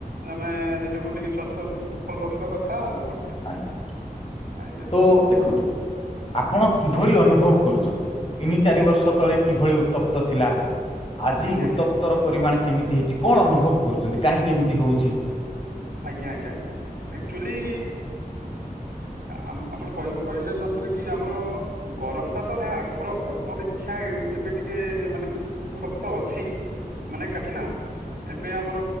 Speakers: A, on the right; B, on the left.
A: ଆମେ ନିଜକୁ ଟିକେ ସ୍ଵାସ୍ଥ୍ୟ ଭଲ ରଖିବା କଥା ଆଉ କଣ।
B: ଆଜ୍ଞା
A: ଆଜ୍ଞା
B: ତ
A: ସାର୍।
B: ଦେଖନ୍ତୁ ଆପଣ। କିଭଳି ଅନୁଭବ କରୁଛନ୍ତି ତିନି ଚାରି ବର୍ଷ ତଳେ କିଭଳି ଉତ୍ତପ୍ତ ଥିଲା। ଆଜି
A: ଆଜ୍ଞା ଆଜ୍ଞା
B: ଉତ୍ତପ୍ତର ପରିମାଣ। କେମିତି ହେଇଛି? କଣ ଅନୁଭବ କରୁଛନ୍ତି କାହିଁକି ଏମିତି? ହଉଛି।
A: ଆଜ୍ଞା ଆଜ୍ଞା ଆଜ୍ଞା ଆକ୍ଚୁଆଲି। ଆମ ଆମର କହ କହିଲେ ନ ସରେ କି ଆମର ଗରମ ଟା ତ ଆଗର ଅପେକ୍ଷା ଏବେ ଟିକେ ମାନେ ଉତ୍ତପ୍ତ ଅଛି ମାନେ କାହିଁକି ନା ଏବେ ଆମର